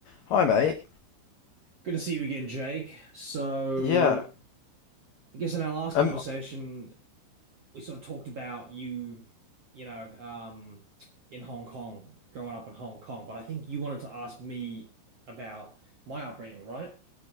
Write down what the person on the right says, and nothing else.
Good to see you again, Jake. So,
I guess in our last
conversation, we sort of talked about you, you know, um, in Hong Kong, growing up in Hong Kong. But I think you wanted to ask me about my upbringing, right?